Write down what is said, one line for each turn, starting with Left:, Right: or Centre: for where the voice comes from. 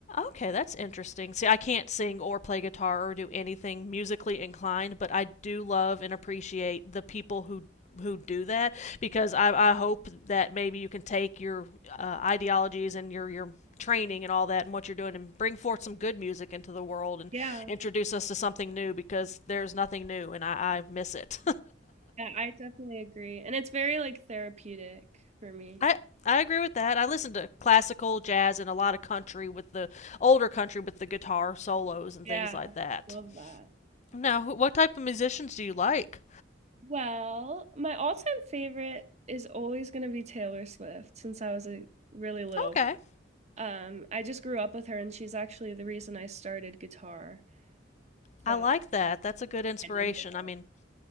Left: Okay, that's interesting. See, I can't sing or play guitar or do anything musically inclined, but I do love and appreciate the people who who do that because I, I hope that maybe you can take your uh, ideologies and your your training and all that and what you're doing and bring forth some good music into the world and
Right: Yeah.
Left: introduce us to something new because there's nothing new and I, I miss it.
Right: Yeah, I definitely agree. And it's very like therapeutic for
Left: <laughs>
Right: me.
Left: I I agree with that. I listen to classical, jazz, and a lot of country with the older country with the guitar solos and
Right: Yeah.
Left: things like that.
Right: Love that.
Left: Now, what type of musicians do you like?
Right: Well, my all-time favorite is always going to be Taylor Swift since I was a really little.
Left: Okay.
Right: girl. Um, I just grew up with her and she's actually the reason I started guitar. So,
Left: I like that. That's a good inspiration.
Right: my number
Left: I
Right: one.
Left: mean,